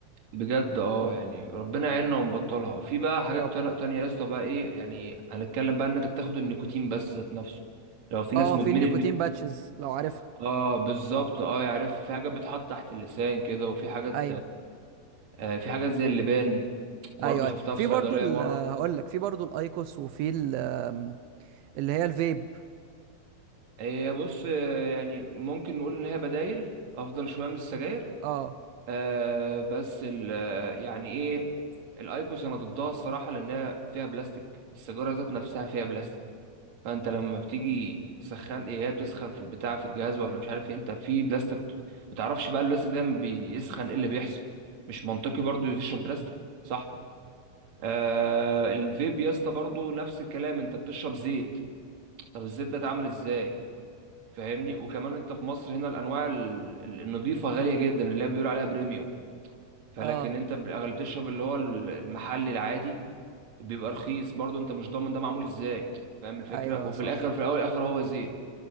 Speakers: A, on the right; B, on the right.
A: بجد اه يعني ربنا يعيننا ونبطلها وفي بقى حاجات
B: يا رب
A: تان- تانية يا اسطى بقى ايه يعني هنتكلم بقى ان انت تاخد النيكوتين بس ذات نفسه لو في ناس
B: اه
A: مدمنه
B: في النيكوتين
A: النيكو-
B: باتشز لو عارفها
A: اه بالظبط اه يعرف في حاجات بتحط تحت اللسان كده وفي حاجات
B: ايوه
A: آه، في حاجات زي اللبان برضو
B: ايوه ايوه
A: شفتها
B: في
A: في صيدلية
B: برضو ال-
A: مرة
B: هقول لك في برضو الايكوس وفي ال- آم، اللي هي الفيب
A: هي بص آه، يعني ممكن نقول إن هي بدايل أفضل شوية من السجاير
B: اه
A: آه، بس ال- آه، يعني إيه الأيكوس أنا ضدها الصراحة لأن هي فيها بلاستيك السيجارة ذات نفسها فيها بلاستيك فأنت لما بتيجي تسخن إيه هي بتسخن في البتاع في الجهاز ولا مش عارف إيه أنت في بلاستيك ما تعرفش بقى البلاستيك ده لما بيسخن إيه اللي بيحصل مش منطقي برضو تشرب بلاستيك صح آه الفيب يا اسطى برضه نفس الكلام انت بتشرب زيت طب الزيت ده اتعمل ازاي فاهمني وكمان انت في مصر هنا الانواع ال- ال- النضيفه غاليه جدا اللي هي بيقول عليها بريميوم فلكن
B: اه
A: انت بالاغلب بتشرب اللي هو ال- المحلي العادي بيبقى رخيص برضو انت مش ضامن ده معمول ازاي فاهم الفكره
B: ايوه
A: وفي
B: صح
A: الاخر في الاول الاخر هو زيت